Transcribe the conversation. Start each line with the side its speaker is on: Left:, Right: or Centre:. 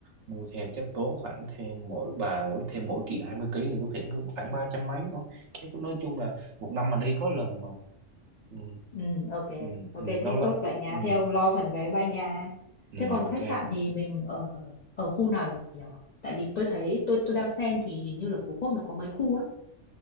Right: mua thêm chắc tốn khoảng thêm mỗi bà mỗi thêm mỗi kiện 20 ký thì tôi nghĩ khoảng ba trăm mấy thôi Thế cũng nói chung là một năm mà đi có lần mà ừ,
Left: ừ ok
Right: ừ,
Left: Ok,
Right: ừ,
Left: thế
Right: lâu lắm
Left: chốt vậy nha.
Right: ừ,
Left: Thế ông lo phần vé máy bay nha.
Right: ừ,
Left: thế còn
Right: ok
Left: khách sạn thì mình ở ở khu nào được nhỉ tại vì tôi thấy tôi tôi đang xem thì hình như là Phú Quốc nó có mấy khu á